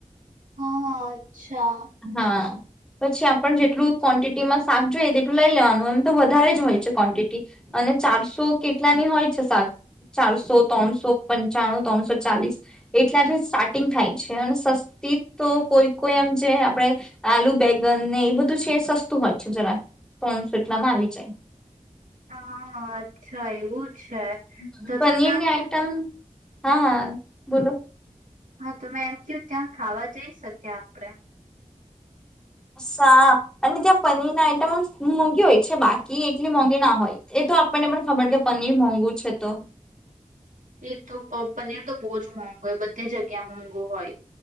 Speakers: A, on the right (about 80°); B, in the centre.
A: હા હ અચ્છા
B: હા પછી આપણે જેટલું ક્વોન્ટિટીમાં શાક જોઈએ તેટલું લઈ લેવાનું એમ તો વધારે જ હોય છે ક્વોન્ટિટી અને ચારસો કેટલાની હોય છે શાક ચારસો ત્રણસો પંચાણું ત્રણસો ચાલીસ એટલાથી સ્ટાર્ટિંગ થાય છે અને સસ્તી તો કોઈ કોઈ એમ જે આપણે આલુ બેગન ને એ બધું છે એ સસ્તું હોય છે જરા ત્રણસો એટલામાં આવી જાય
A: હા હા અચ્છા એવું અચ્છા
B: જાય
A: ત
B: પનીરની
A: તો તા
B: આઈટમ હા હા બોલો
A: હા તોં એમ કુ ત્યાં ખાવા જઈ શકીયા આપડે
B: સા અને ત્યાં પનીર ના આઈટમ મોંઘી હોય છે બાકી એટલી મોંઘી ના હોય એ તો આપણને પણ ખબર કે પનીર મોંઘું છે તો
A: એક તો અ પનીર તો બો જ મોંઘું હોય બધી જગ્યા મોંઘું હોય